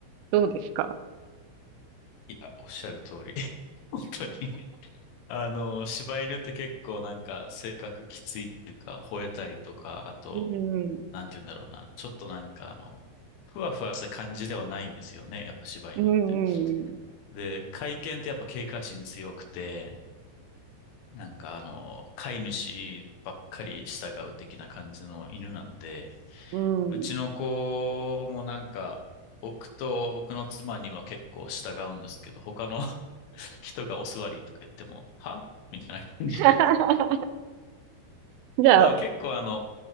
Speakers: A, on the right; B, on the left.
A: どうですか
B: ー、いや、おっしゃる通り。<laughs> 本当にあの、柴犬って結構なんか性格きついっていうか、吠えたりとか、あと、
A: うん。
B: なんて言うんだろうな、ちょっとなんかあの、ふわふわした感じではないんですよね、やっぱ柴犬って。
A: うん
B: で、甲斐犬ってやっぱ警戒心強くて、なんかあの、飼い主ばっかり従う的な感じの犬なんで、
A: うん、
B: うちの子もなんか、
A: うん。
B: 僕と僕の妻には結構従うんですけど、他の <laughs> 人がお座りとか言っても、はみたいな感じで、
A: <laughs> じゃあ、
B: まあ結構あの、